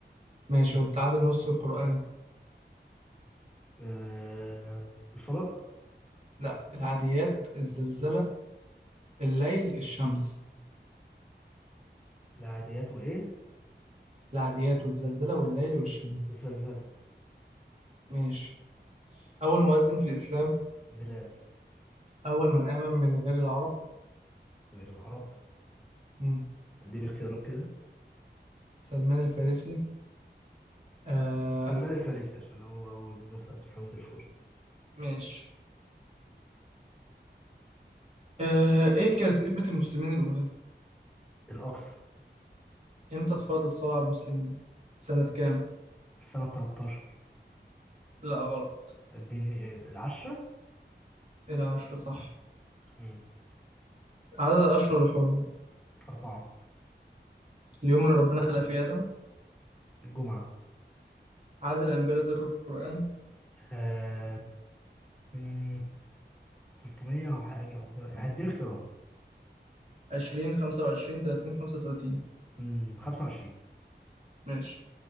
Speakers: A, on the right (about 35°); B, in the centre.
A: ماشي وبتعادل نص القرآن
B: آه الفلق
A: لا العاديات الزلزلة الليل الشمس
B: العاديات وإيه
A: العاديات والزلزلة والليل والشمس
B: الزلزلة
A: ماشي أول مؤذن في الإسلام
B: بلال
A: أول من آمن من غير العرب
B: غير العرب
A: مم.
B: دي الاختيارات كده
A: سلمان الفارسي آه
B: سلمان الفارسي
A: أس-
B: عشان هو أول نسأ بسنة الفرس
A: ماشي آه إيه كانت قبلة المسلمين الأولى؟
B: الأقصى
A: إمتى اتفرض الصلاة على المسلمين؟ سنة كام؟
B: السنة 13
A: لا غلط
B: اديني آه، العشرة
A: إيه العشرة صح
B: مم.
A: عدد الأشهر الحرم
B: أربعة
A: اليوم اللي ربنا خلق فيه آدم
B: الجمعة
A: عدد الأنبياء اللي اتذكروا في القرآن
B: آه مم، 300 وحاجة أو كده هدي اختيارات
A: عشرين خمسة وعشرين تلاتين خمسة وتلاتين.
B: مم، 25
A: ماشي